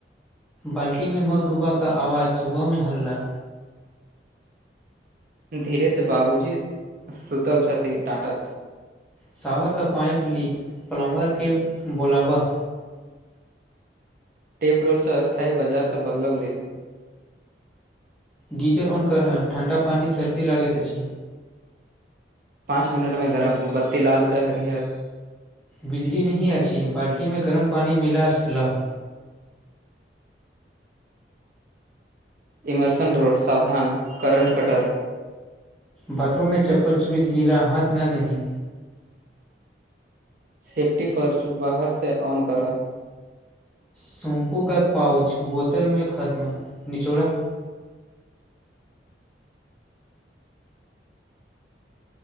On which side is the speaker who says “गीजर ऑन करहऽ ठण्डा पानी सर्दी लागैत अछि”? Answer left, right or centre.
Centre